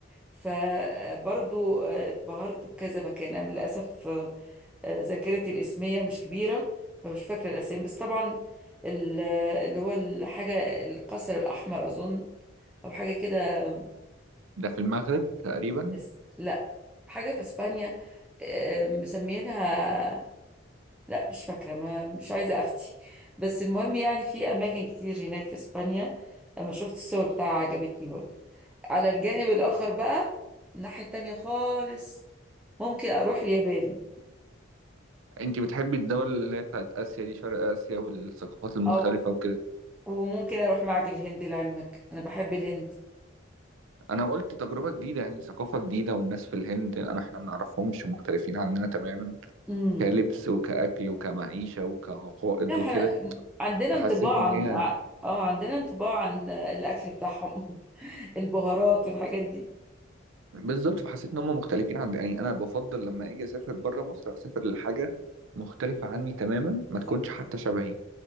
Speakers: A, in the centre; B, on the right.
A: فبرضو آه، اتبهرت بكذا مكان أنا للأسف آه، آه، ذاكرتي الاسمية مش كبيرة فمش فاكرة الأسامي بس طبعا ال- اللي هو الحاجة القصر الأحمر أظن أو حاجة كده
B: ده في المغرب تقريبا
A: بس لا حاجة في إسبانيا آه، مسمينها لا مش فاكرة ما مش عايزة أفتي بس المهم يعني في أماكن كتير هناك في إسبانيا أما شفت الصور بتاعها عجبتني برضه على الجانب الآخر بقى الناحية التانية خالص ممكن أروح اليابان
B: انت بتحبي الدول اللي هي بتاعت اسيا دي شرق اسيا والثقافات المختلفه
A: أو
B: وكده
A: وممكن أروح معجل الهند لعلمك أنا بحب الهند
B: انا قلت تجربه جديده يعني ثقافه جديده والناس في الهند انا احنا ما نعرفهمش مختلفين عننا تماما
A: امم
B: كلبس وكاكل وكمعيشه وكعقائد
A: لا احنا
B: وكده
A: عندنا
B: فحسيت
A: انطباع
B: ان
A: عن
B: هي
A: ع- اه عندنا انطباع عن الأكل بتاعهم <laughs> البهارات والحاجات دي
B: بالظبط فحسيت ان هم مختلفين عن يعني انا بفضل لما اجي اسافر بره مصر اسافر لحاجه مختلفه عني تماما ما تكونش
A: بالظبط
B: حتى
A: صح.
B: شبهي